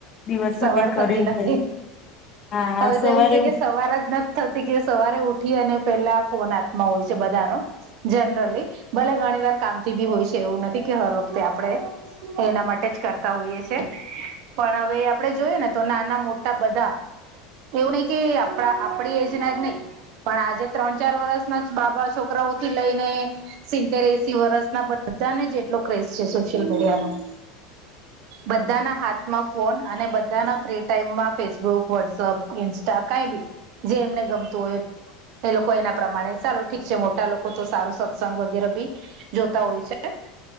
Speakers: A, on the left; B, on the right.
A: દિવસ
B: સવાર
A: માં કંઈ
B: થતી
A: કર્યું
B: નથી.
A: જ નહીં. હા,
B: હવે તો
A: સવારે....
B: એવું છે કે સવાર જ નથી થતી કે સવારે ઉઠી અને પેલા ફોન હાથમાં હોય છે, બધાનો જનરલી ભલે ઘણી વાર કામથી ભી હોય છે, એવું નથી કે હર વખતે આપણે.... એના માટે જ કરતા હોઈએ છે, પણ હવે.... આપડે જોઈએ ને તો નાના-મોટા બધા, એવું નઈ કે આપડા આપડી એજ ના જ નઈ.... પણ, આજે ત્રણ ચાર વર્ષના જ બાબા છોકરાઓ થી લઈને.... સિત્તેર એંસી વર્ષ ના બધાને જ એટલો ક્રેઝ છે, સોશિયલ મીડિયા નો... બધાના હાથમાં ફોન..... અને બધાના ફ્રી ટાઈમમાં ફેસબુક, વોટ્સઅપ, ઇન્સ્ટા કઈ બી..... જે એમને ગમતું હોય એ..... એ લોકો એના પ્રમાણે ચાલો ઠીક છે, મોટા લોકો તો સારું સત્સંગ વગેરે ભી.... જોતા હોય છે.